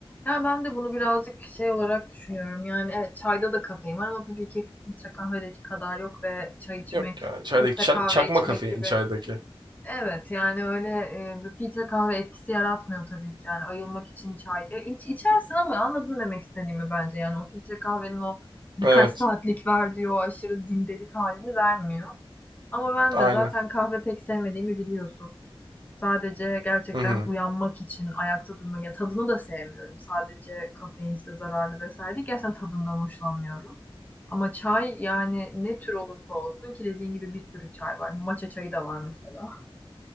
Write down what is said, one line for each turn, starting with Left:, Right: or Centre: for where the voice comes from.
Left: Yani ben de bunu birazcık şey olarak düşünüyorum. Yani evet çayda da kafein var ama tabii ki filtre kahvedeki kadar yok ve çay içmek,
Right: Yok ya çaydaki
Left: filtre
Right: ça-
Left: kahve
Right: çakma
Left: içmek
Right: kafein
Left: gibi
Right: çaydaki.
Left: Evet yani öyle e, bir filtre kahve etkisi yaratmıyor tabii ki yani ayılmak için çay ya, iç, içersin ama anladın demek istediğimi bence yani o filtre kahvenin o birkaç
Right: Evet.
Left: saatlik verdiği o aşırı zindelik halini vermiyor. Ama ben
Right: Aynen.
Left: de zaten kahve pek sevmediğimi biliyorsun. Sadece gerçekten
Right: Hı hı.
Left: uyanmak için ayakta durmak ya tadını da sevmiyorum. Sadece kafein işte zararlı vesaire değil. Gerçekten tadından hoşlanmıyorum. Ama çay yani ne tür olursa olsun ki dediğin gibi bir sürü çay var. Matcha çayı da var mesela.